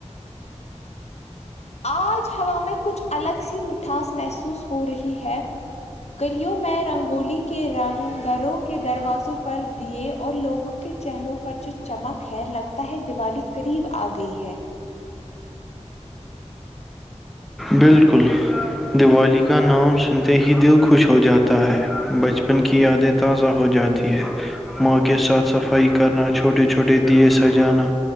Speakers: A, on the left (about 60°); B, in the centre.
A: آج ہوا میں کچھ الگ سی مٹھاس محسوس ہو رہی ہے گلیوں میں رنگولی کے رنگ گروں کے دروازوں پر دیے اور لوگ کے چہروں پر جو چمک ہے لگتا ہے دیوالی قریب آ گئی ہے
B: بالکل دیوالی کا نام سنتے ہی دل خوش ہو جاتا ہے بچپن کی یادت تازہ ہو جاتی ہے ماں کے ساتھ صفائی کرنا چھوٹے چھوٹے دیے سجانا